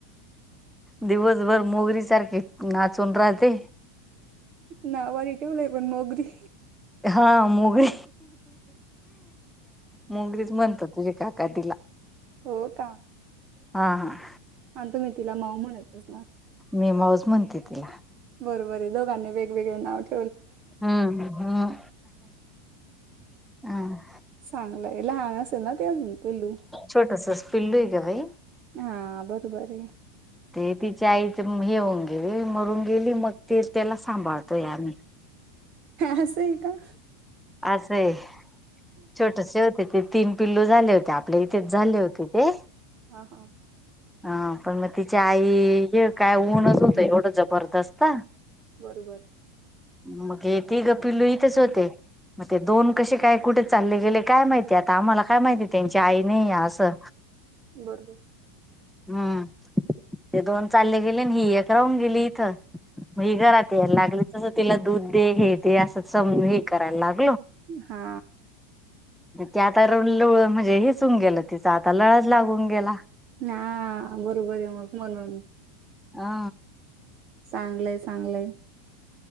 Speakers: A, in the centre; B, on the right.
A: दिवसभर मोगरी सारखे नाचून राहते.
B: ना वारी ठेवलंय पण मोगरी
A: हा मोगरी मोगरीच म्हणतात. सुज का काटला
B: हो का?
A: हा हा.
B: ह तुम्ही तिला मऊ म्हण येतच म
A: मी माऊज म्हणते तिला
B: बरोबर आहे दोांनी वेगवेग नाव ठेव.
A: हम् हम हम.
B: चांगलंय लहान असेल ना ते अजून पेलू
A: छोटसच पिल्लू आहे ग बाई
B: हा बरोबर आहे.
A: ते तिच्या आईच हेऊन गेली मरून गेली मग ती त्याला सांभाळतोय आम्ही
B: असं आहे का?
A: आज आहे छोटसे होते. ते तीन पिल्लू झाले होते आपल्या इथेच झाले होते ते.
B: हा हा.
A: हा पण मग तिची आई काय ऊनच होत एवढं जबरदस्त
B: बरोबर.
A: मगे ती गपी लोहितच होते. मग ते दोन कसे काय कुठे चालले गेले काय माहितीय आता आम्हाला काय माहिती त्यांची आई नाही या असं.
B: बरबर.
A: हम्म ते दोन चालले गेले आणि ही एक राहून गेली इथं. मग घरात यायला लागले तसं तिला दूध दे हे दे असंम हे करायला लाग.
B: हा.
A: ते आता रळ म्हणजे हिसून गेलं तिचा आता लळज लागून गेला.
B: ह बरोबर आहे मग म्हणून
A: हा.
B: चांगलंय चांगलंय.